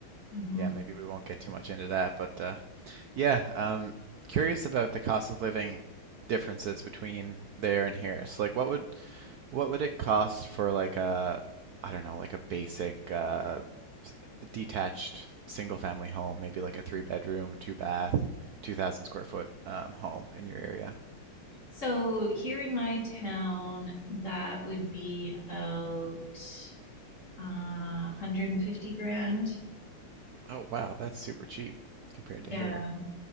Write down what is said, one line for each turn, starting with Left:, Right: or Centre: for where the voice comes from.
Left: Mhm.
Right: yeah, maybe we won't get too much into that. But uh, yeah, um, curious about the cost of living differences between there and here. So like what would what would it cost for like a I don't know, like a basic uh detached single family home, maybe like a three bedroom, two bath, 2000 square foot um home in your area?
Left: So here in my town, that would be about uh, 150 grand.
Right: Oh wow, that's super cheap compared to
Left: Yeah.
Right: here.